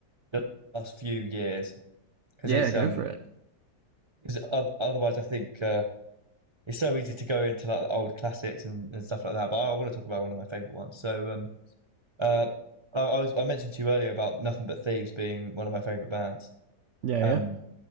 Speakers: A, on the right; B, on the right.
A: the last few years because
B: Yeah,
A: it's,
B: go
A: um,
B: for it.
A: because otherwise, I think. Uh, it's so easy to go into like old classics and, and stuff like that. But I, I want to talk about one of my favorite ones. So, um, uh, I, I was I mentioned to you earlier about Nothing But Thieves being one of my favorite bands.
B: Yeah,
A: Um,